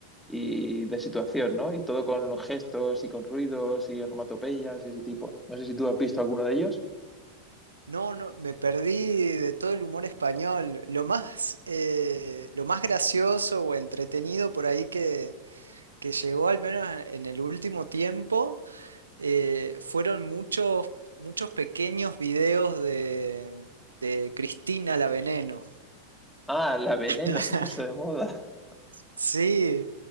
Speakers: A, in the centre; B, on the right.
A: y de situación, ¿no? Y todo con los gestos y con ruidos y onomatopeyas y ese tipo. No sé si tú has visto alguno de ellos.
B: No, no, me perdí de todo el humor español. Lo más, eh, lo más gracioso o entretenido por ahí que, que llegó al menos en en el último tiempo, eh, fueron muchos, muchos pequeños videos de, de Cristina la Veneno.
A: Ah, la Veneno
B: <laughs>
A: se puso de moda.
B: Sí,